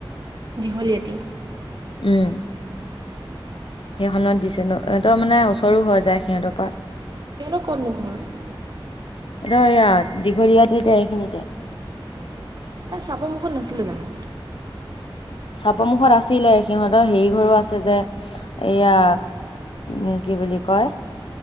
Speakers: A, on the right; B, on the left.
A: দীঘলীয়াতী
B: উম। সেইখনত দিছে ন। ত ইহঁতৰ মানে ওচৰো হৈ যায় সিহঁতৰ পৰা।
A: সিহঁতৰ ক'তনো ঘৰ?
B: সিহঁতৰ ইয়া দীঘলীয়া তীতে এইখিনিতে।
A: তাই চাপৰমুখত নাছিলে জানো?
B: চাপৰমুুখত আছিলে, সিহঁতৰ হেৰি ঘৰো আছে যে এয়া উ কি বুলি কয়,